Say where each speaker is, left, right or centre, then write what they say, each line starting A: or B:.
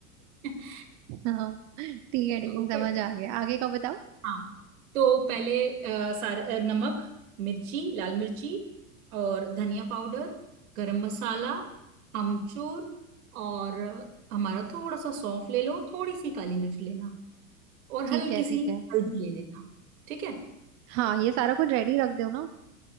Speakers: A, on the right; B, on the right.
A: <laughs>
B: हाँ ठीक है ठीक है
A: ओके
B: समझ आ गया आगे का बताओ
A: हाँ तो पहले अ, सारे अ, नमक मिर्ची लाल मिर्ची और धनिया पाउडर गरम मसाला अमचूर और हमारा थोड़ा सा सौंफ ले लो थोड़ी सी काली मिर्च लेना और
B: ठीक
A: हल्की
B: है ठीक
A: सी
B: है
A: हल्दी ले लेना ठीक है
B: हाँ ये सारा कुछ रेडी रख दो ना